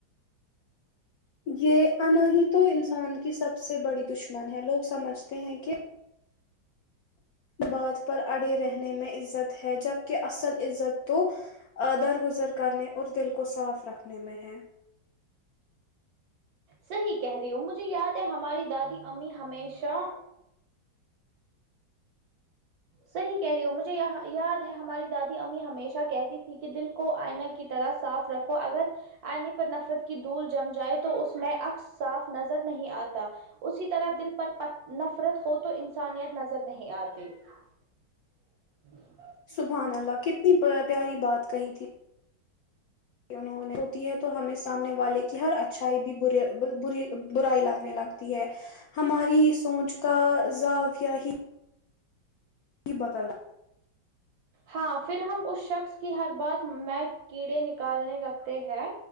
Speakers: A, on the left; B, on the right.
A: یہ انا ہیی تو انسان کی سب سے بڑی دشمن ہے لوگ سمجھتے ہیں کہ بات پر اڑے رہنے میں عزت ہے جبک اصل عزت تو ا درگزر کرنے اور دل کو صاف رکھنے میں ہے
B: صحیح کہہ رہی ہو مجھے یاد ہے ہماری دادی امی ہمیشہ صحیح کہہ رہی ہو مجھے یہ یاد ہے ہماری دادی امی ہمیشہ کہتی تھی کہ دل کو آئناہ کی طرح صاف رکھو اگر آئینے پر نفرت کی دھول جم جائے تو اس میں اکس صاف نظر نہیں آتا اسی طرح دل پر پٹ نفرت ہو تو انسانیت نظر نہیں آتی ہ
A: سبحان اللہ کتنی پیاری بات کہی تھی انہوں نے ہوتی ہے تو ہمیں سامنے والے کی ہر اچھائی بھی ب بری برائی لگنے لگ تی ہے ہماری سوچ کا زافیہ ہی ج بتا
B: ہاں پھر ہم اس شخص کی ہر بات میں کیڑے نکالنے لگتے ہیں